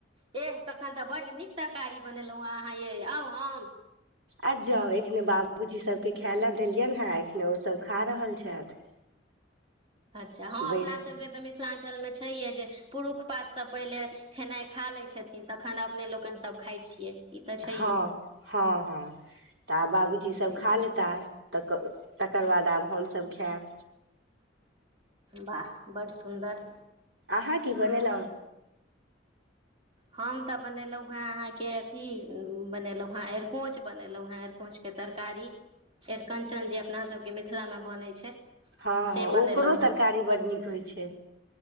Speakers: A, on the right; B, on the right.
A: एह तखन तऽ बड्ड नीक तरकारी बनेलहुँ अहाँ यै आउ आउं
B: आइब जाउ एखने बाबूजी सबके खाय ले देलियनि हे एखने ओ सब खा रहल छथि
A: अच्छा हँ
B: बैस
A: अपना सब
B: कऽ
A: मिथिलाञलमे छहे जे पुरुष पातसँ पहिले खेनाइ खा लै छथिन तखन अपने लोकनि सब खाइ छियै ई तऽ छैहे
B: हँ हँ हँ तऽ आ बाबूजी सब
A: ताहि
B: खा
A: दुआरे
B: लेता तऽ तकर बाद आब हमसभ खायब
A: बाह बड्ड सुन्दर
B: अहाँ की बनेलहुँ
A: हम तऽ बनेलहुँ हेँ अहाँके अथी बनेलहुँ हेँ अरिकोच बनेलहुँ हेँ अरिकोच के के तरकारी अरिकंचन जे अपना सबके मिथिला मे बनै छै
B: हँ
A: से
B: हँ
A: बनेलहुँ
B: ओकरो
A: हेँ
B: तरकारी बड् नीक होइ छै